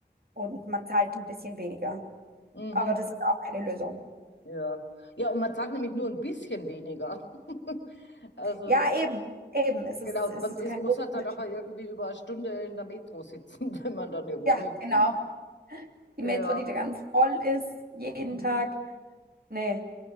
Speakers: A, on the right (about 55°); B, on the left (about 80°).
A: und man zahlt ein bisschen weniger.
B: Mhm.
A: Aber das ist auch keine Lösung.
B: Ja. Ja, und man zahlt nämlich nur ein bisschen weniger. <laughs> Also,
A: Ja, eben, eben. Es
B: genau,
A: ist, es
B: man
A: ist
B: ist,
A: kein
B: muss
A: großer
B: halt dann
A: Unterschied.
B: nachher irgendwie über eine Stunde in der Metro sitzen, <laughs> wenn man dann irgendwo
A: Ja,
B: hin
A: genau.
B: will.
A: Die
B: Ja.
A: Metro, die ganz voll ist, jeden
B: Mhm.
A: Tag. Nee.